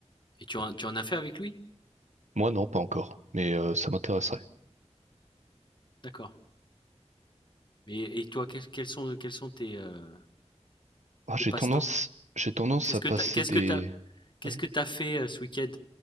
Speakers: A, on the left; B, on the right.
A: Et tu en, tu en as fait avec lui?
B: Moi, non, pas encore, mais euh, ça m'intéresserait.
A: D'accord. Mais et toi, quels, quels sont, quels sont tes, euh,
B: Ah, j'ai
A: tes passe-temps?
B: tendance, j'ai tendance
A: Qu'est-ce
B: à
A: que
B: passer
A: t'as, qu'est-ce
B: des,
A: que t'as, qu'est-ce
B: ouais,
A: que t'as fait euh, ce week-end?